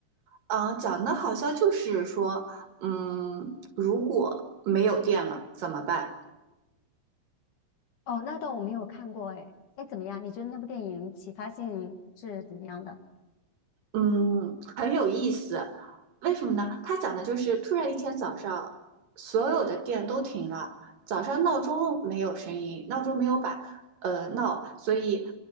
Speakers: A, on the right (about 65°); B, on the left (about 60°).
A: 啊、讲的好像就是说，嗯，如果没有电了怎么办？
B: 哦，那倒我没有看过哎。哎，怎么样？你觉得那部电影启发性是怎么样的？
A: 嗯，很有意思。为什么呢？他讲的就是突然一天早上，所有的店都停了，早上闹钟没有声音，闹钟没有把呃闹，所以